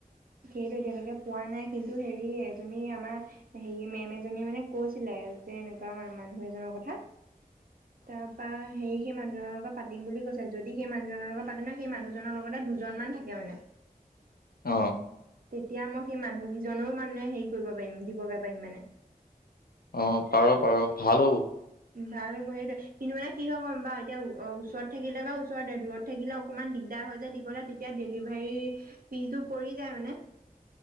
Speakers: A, on the right; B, on the left.
A: সেইটো এতিয়ালৈকে পোৱা নাই, কিন্তু হেৰি এজনী আমাৰ। হেৰি মেম এজনীয়ে মানে কৈছিলে, যে এনেকুৱা মানুহ এজনৰ কথা। তাৰ পা সেই সেই মানুহজনৰ লগত পাতিম বুলি কৈছে, যদি সেই মানুহজনৰ লগত পাতিম ন সেই মানুহজনৰ লগতে দুজনমান থাকে মানে।
B: আহ!
A: তেতিয়া, মই সেই মানুহকেইজনৰো মানে হেৰি কৰিব পাৰিম, দিবগে পাৰিম মানে।
B: অ পাৰ পাৰ ভাল হ'ব।
A: ভাল হ'ব। সেইটো কিন্তু মানে কি হ'ব গম পাওঁ, এতিয়া ওচৰত থাকিলে বা ওচৰতে দূৰত থাকিলে অকমান দিগদাৰ হৈ যায় দিবলৈ তেতিয়া ডেলিভাৰী ফিজটো পৰি যায় মানে।